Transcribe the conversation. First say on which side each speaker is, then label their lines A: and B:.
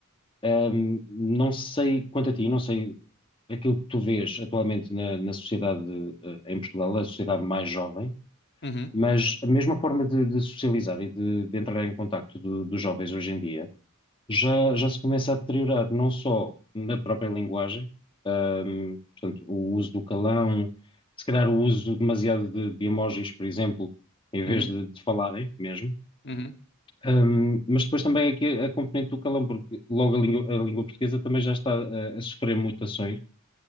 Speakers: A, on the left; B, on the left.
A: Ahm, não sei quanto a ti, não sei aquilo que tu vês atualmente na, na sociedade, eh, em Portugal, a sociedade mais jovem,
B: Uhum,
A: Mas a mesma forma de, de socializar e de, de entrar em contacto do- dos jovens hoje em dia já, já se começa a deteriorar, não só na própria linguagem, ahm, portanto, o uso do calão, se calhar o uso demasiado de, de emojis, por exemplo, em vez
B: uhum,
A: de, de falarem mesmo,
B: uhum.
A: Ahm, mas depois também aqui a componente do calão, porque logo a língua, a língua portuguesa também já está a, a sofrer mutações